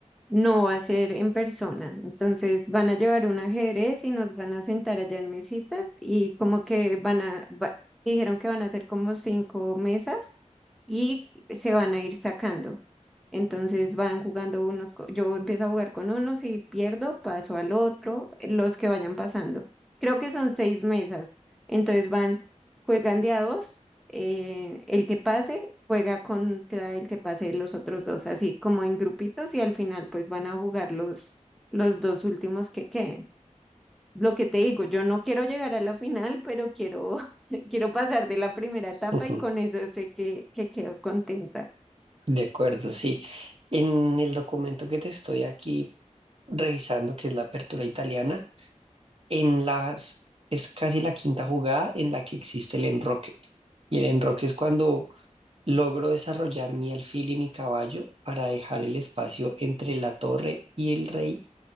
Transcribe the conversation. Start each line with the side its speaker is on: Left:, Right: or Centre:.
Centre: No va a ser en persona. Entonces, van a llevar un ajedrez y nos van a sentar allá en mesitas y como que van a, va- dijeron que van a hacer como cinco mesas y se van a ir sacando. Entonces van jugando unos, co- yo empiezo a jugar con unos y pierdo, paso al otro, eh, los que vayan pasando. Creo que son seis mesas. Entonces van, juegan de a dos, eh, el que pase juega contra el que pase los otros dos, así como en grupitos y al final pues van a jugar los, los dos últimos que queden. Lo que te digo, yo no quiero llegar a la final, pero quiero, <laughs> quiero pasar de la primera etapa
Right: Ujú,
Centre: y con eso sé que, que quedo contenta.
Right: De acuerdo, sí. En el documento que te estoy aquí revisando, que es la apertura italiana, en las, es casi la quinta jugada en la que existe el enroque. Y el enroque es cuando logro desarrollar mi alfil y mi caballo para dejar el espacio entre la torre y el rey